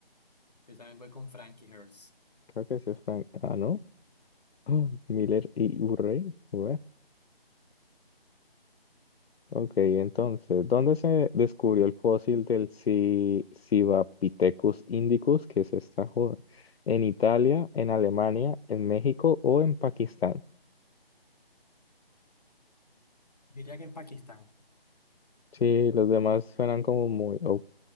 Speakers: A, on the left (about 40°); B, on the left (about 75°).
A: Yo también voy con Frank y Hertz.
B: Creo que sí es Frank. Ah, ¿no? <gasps> Miller y Urey. Ué. Ok, entonces, ¿dónde se descubrió el fósil del Ci- Civapithecus indicus, que es esta joda? ¿En Italia, en Alemania, en México o en Pakistán?
A: Diría que en Pakistán.
B: Sí, los demás suenan como muy, o